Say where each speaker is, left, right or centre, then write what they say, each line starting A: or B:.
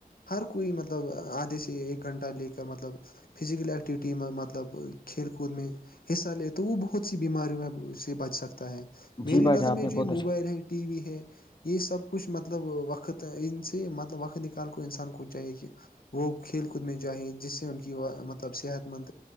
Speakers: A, on the left (about 70°); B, on the left (about 30°).
A: ہر کوئی مطلب آدھے سے ایک گھنٹہ لے کر مطلب فزکل ایکیکٹیوٹی میں مطلب کھیل کوود میں حصہ لے تو وہ بہت سی بیماریوں میں سے بچ سکتا ہے میری
B: جی بھائی
A: نظر
B: جان آپ
A: میں
B: نے
A: جو
B: بہت اچھا
A: موبائل ہے ٹی وی ہے یہ سب کچھ مطلب وقت ان سے مطلب وقت ن کال کو انسان کو چاہیے کہ وہ کھیل کود میں جاہیں جس سے ان کی مطلب صحت مند